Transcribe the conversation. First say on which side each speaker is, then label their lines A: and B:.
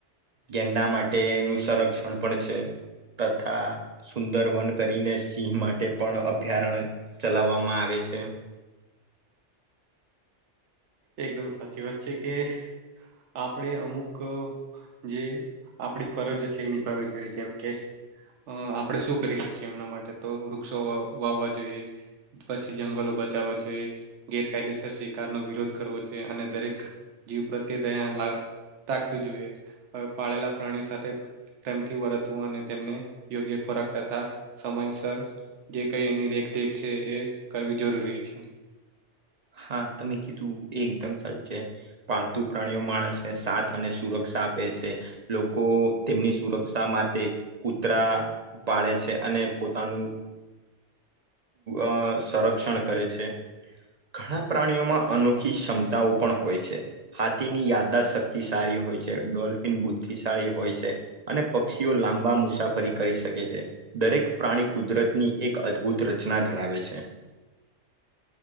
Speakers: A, on the right; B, on the right.
A: ગેંડા માટેનું સંરક્ષણ પણ છે તથા સુંદર વન કરીને સિંહ માટે પણ ત્યાં અભયારણ્ય ચલાવવામાં આવે છે.
B: એકદમ સાચી વાત છે કે આપણે અમુક અ જે આપણી ફરજ છે એ નિભાવી જોઈએ જેમ કે અ આપણે શું કરી શકીએ એમના માટે તો વૃક્ષો વાવવા જોઈએ. પછી જંગલો બચાવવા જોઈએ ગેરકાયદેસર શિકારનો વિરોધ કરવો જોઈએ અને દરેક જીવ પ્રત્યે દયા રાખ રાખવી જોઈએ પાળેલા પ્રાણીઓ સાથે પ્રેમથી વર્તવું અને તેમને યોગ્ય ખોરાક તથા સમયસર જે કંઈ એની રેખદેખ છે એ કરવી જરૂરી છે.
A: હા તમે કીધું એ એકદમ સાચું છે. પાલતુ પ્રાણીઓ માણસને સાથ અને સુરક્ષા આપે છે. લોકો તેમની સુરક્ષા માટે કૂતરા પાળે છે અને પોતાનું અ સંરક્ષણ કરે છે. ઘણા પ્રાણીઓમાં અનોખી ક્ષમતાઓ પણ હોય છે. હાથીની યાદદાસ્ત શક્તિશારી હોય છે ડોલ્ફિન બુદ્ધિશાળી હોય છે. અને પક્ષીઓ લાંબા મુસાફરી કરી શકે છે. દરેક પ્રાણી કુદરતની એક અદભુત રચના ધરાવે છે.